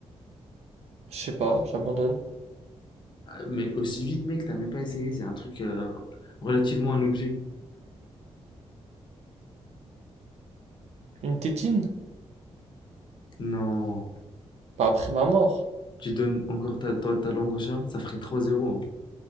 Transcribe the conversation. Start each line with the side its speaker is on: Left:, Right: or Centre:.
Right: Je sais pas, j'abandonne.
Left: Mais aussi vite, mec, t'as même pas essayé. C'est un truc euh, relativement un objet.
Right: Une tétine?
Left: Non.
Right: Pas après ma mort.
Left: Tu donnes encore ta, ta, ta langue au chat, ça ferait 3-0. hein.